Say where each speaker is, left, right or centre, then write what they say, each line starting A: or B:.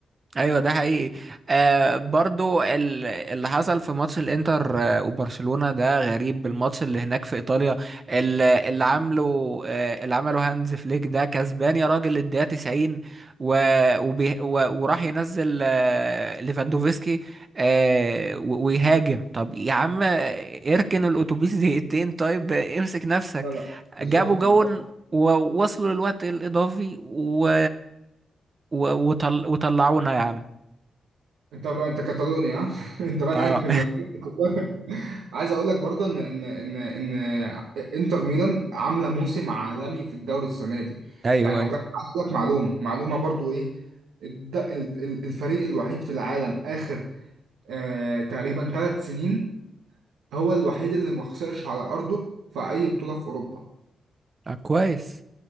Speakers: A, on the right; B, on the right.
A: ايوه ده حقيقي آه برضو ال- اللي حصل في ماتش الانتر آه، وبرشلونة ده غريب الماتش اللي هناك في ايطاليا ال- اللي عامله آه اللي عمله هانز فليك ده كسبان يا راجل الدقيقة 90 و... وبي... و... وراح ينزل آه ليفاندوفسكي آه و... ويهاجم طب يا عم آه، اركن الاتوبيس دقيقتين طيب آه، امسك نفسك
B: لا لا بالظبط
A: جابوا جون
B: بالظبط
A: ووصلوا للوقت الإضافي و... و- وطل... وطلعونا يا عم
B: انت بقى انت كاتالونيا ها؟ <laughs> انت بقى
A: اه
B: عليك من نفسك. <laughs> عايز اقول لك برضه ان ان ان ان انتر ميلان عامله موسم عالمي في الدوري السنه دي
A: <laughs> ايوه
B: يعني وغ-
A: ايوه
B: عايز اقول لك معلومه معلومه برضه ايه الد- ال- ال- الفريق الوحيد في العالم اخر آه تقريبا ثلاث سنين هو الوحيد اللي ما خسرش على ارضه في اي بطوله في اوروبا
A: آه كويس